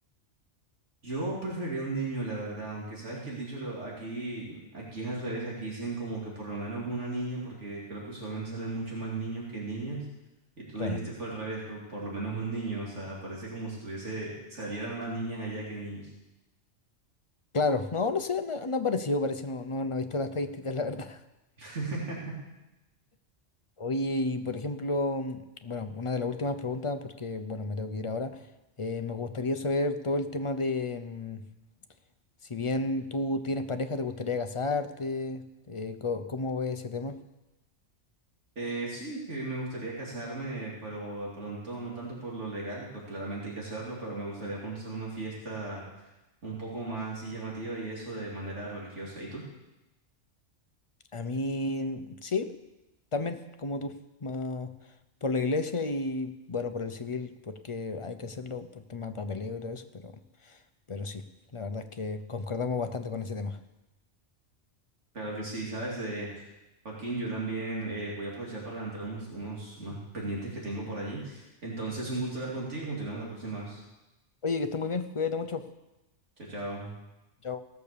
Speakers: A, on the right; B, on the left.
A: Yo preferiría un niño, la verdad, aunque sabes que el dicho lo, aquí, aquí es al revés, aquí dicen como que por lo menos una niña, porque creo que usualmente salen mucho más niños que niñas, y tú
B: Claro.
A: dijiste fue al revés, por, por lo menos un niño, o sea, parece como si tuviese, salieran más niñas allá que niños.
B: Claro, no, no sé, no, no ha parecido, parece, no, no, no he visto las estadísticas, la verdad. <laughs>
A: <laughs>
B: Oye, y por ejemplo, mm, bueno, una de las últimas preguntas, porque, bueno, me tengo que ir ahora, eh, me gustaría saber todo el tema de, mm, si bien tú tienes pareja, ¿te gustaría casarte? Eh, co- ¿cómo, ves ese tema?
A: Eh, sí, que me gustaría casarme, pero de pronto no tanto por lo legal, pues claramente hay que hacerlo, pero me gustaría de pronto hacer una fiesta un poco más así llamativa y eso de manera religiosa. ¿Y tú?
B: A mí, sí, también, como tú, más por la iglesia y, bueno, por el civil, porque hay que hacerlo por tema de papeleo y todo eso, pero, pero sí, la verdad es que concordamos bastante con ese tema.
A: Claro que sí, ¿sabes? Eh, Joaquín, yo también eh, voy a aprovechar para entrar unos, unos, unos pendientes que tengo por allí. Entonces, un gusto hablar contigo. Continuamos la próxima vez.
B: Oye, que estés muy bien, cuídate mucho.
A: Chao, chao.
B: Chao.